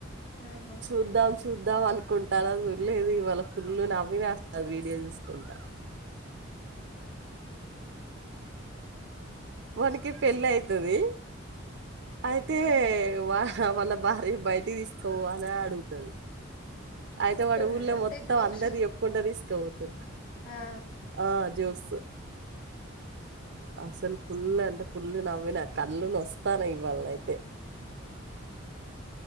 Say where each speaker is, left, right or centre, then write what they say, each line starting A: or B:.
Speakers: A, on the left; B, on the right.
A: ఆహా
B: చూద్దాం చూద్దాం అనుకుంటన్న చూలేదు ఇవాళ ఫుల్ నవ్విసస్త వీడియో చూసుకుంటా వానికి పెళ్లి అయితది అయితే
A: ఉహు
B: వా వాళ్ళ భార్య బయటికి తీసుకోవాలా అని అడుగుతది అయితే వాడు
A: కొన్ని
B: ఊళ్ళ
A: అంటే
B: మొత్తం
A: జోక్స్
B: అందరి చెప్పుకుంట తీసుకపోతడు
A: ఆ
B: ఆ జోసు అసలు పుల్లు అంటే పుల్లు నవ్విన కళ్ళు నొస్తన్నాయ్ వాళ్ళ అయితే